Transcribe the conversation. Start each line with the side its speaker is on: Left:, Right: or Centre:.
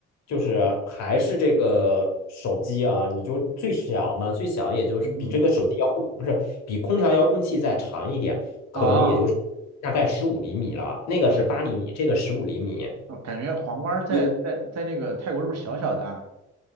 Left: 就是还是这个手机啊，你就最小嘛，最小也就是比这个手机遥控，
Right: 嗯嗯，
Left: 不是，比空调遥控器再长一点，
Right: 啊
Left: 可能也就是大概十五厘米了，那个是八厘米，
Right: 哦，
Left: 这个十五厘米。
Right: 哦感觉黄瓜儿在在在那个泰国是不是小小的啊？
Left: 你